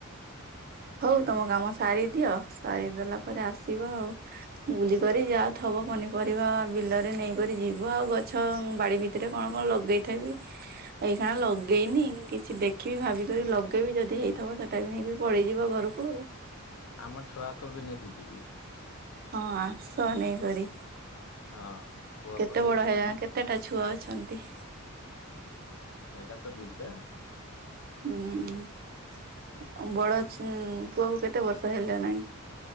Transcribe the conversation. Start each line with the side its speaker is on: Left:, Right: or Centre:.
Right: ହଉ ତମ
Left: ହଁ।
Right: କାମ ସାରି ଦିଅ ସାରିଦେଲା ପରେ ଆସିବ ଆଉ। ବୁଲିିକରି ଯାହା ଥବ ପନିପରିବା ବିଲରେ ନେଇକରି ଯିବ ଆଉ ଗଛ ବାଡି ଭି ଭିତରେ କଣ କଣ ଲଗେଇଥେବି ଏଇ ଖାନା ଲଗେଇନି କିଛି ଦେଖିବି ଭାବିିକରି ଲଗେଇବି ଯଦି ହେଇଥିବ ସେଟା ବି ନେଇକି ପଳେଇ ଯିବ ଘରକୁ ଆଉ।
Left: ଆମ ଛୁଆକୁ ବି ନେଇକି ଯିବି।
Right: ହଁ ଆସ ନେଇକରି।
Left: ହଁ। ପୁଅକୁ
Right: କେତେ
Left: ନେଇକି
Right: ବଡ ହେଗଲାଣି
Left: ଯିବି
Right: କେତେଟା ଛୁଆ ଅଛନ୍ତି?
Left: ଏଇଟା ତ ଦିଟା।
Right: ହୁଁ ବଡ ଅଛି ପୁଅକୁ କେତେ ବର୍ଷ ହେଲାନାଇ।